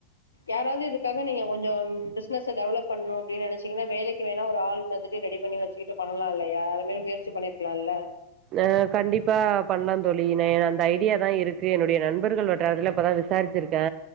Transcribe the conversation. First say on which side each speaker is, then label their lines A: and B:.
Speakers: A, on the left; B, on the right.
A: யாராவது இதுக்காக நீங்க கொஞ்சோ பிஸ்னஸ்ச டெவலப் பண்ணு அப்டின்னு நெனச்சீங்கன்னா வேலைக்கு வேணா ஒரு ஆள் மாதிரி ரெ ரெடி பண்ணி வச்சுகுட்டு பண்ணலா இல்லையா அது மாறி முயற்சி பண்ணியிருக்கலாம்ல்ல
B: ஆ கண்டிப்பா பண்லா தோழி நா அந்த ஐடியா தா இருக்கு என்னுடைய நண்பர்கள் வட்டாரத்துல இப்பதா விசாரிச்சியிருக்கே